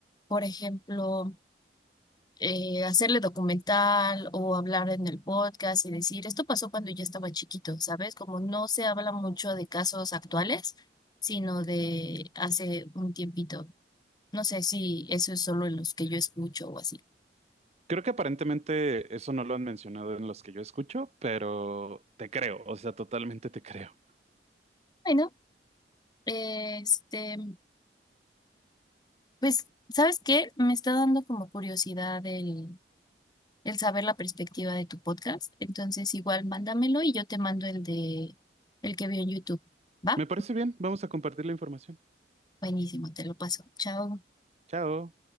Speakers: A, on the left; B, on the right.
A: Por ejemplo, eh, hacerle documental o hablar en el podcast y decir, esto pasó cuando yo estaba chiquito, ¿sabes? Como no se habla mucho de casos actuales, sino de hace un tiempito. No sé si eso es solo en los que yo escucho o así.
B: Creo que aparentemente eso no lo han mencionado en los que yo escucho, pero te creo, o sea, totalmente te creo.
A: Bueno, este. Pues, ¿sabes qué? Me está dando como curiosidad el, el saber la perspectiva de tu podcast. Entonces, igual mándamelo y yo te mando el de el que vi en YouTube. ¿Va?
B: Me parece bien, vamos a compartir la información.
A: Buenísimo, te lo paso. Chao.
B: Chao.